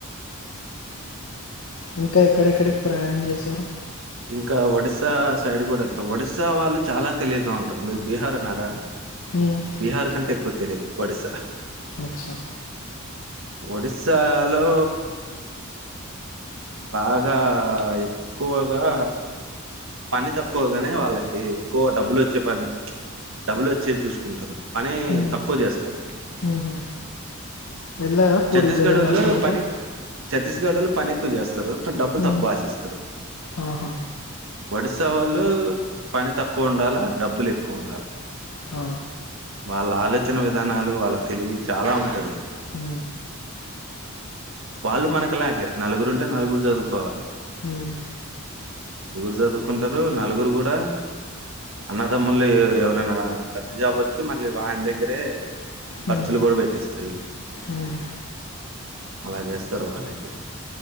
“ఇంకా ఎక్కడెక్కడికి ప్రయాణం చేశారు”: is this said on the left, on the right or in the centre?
Left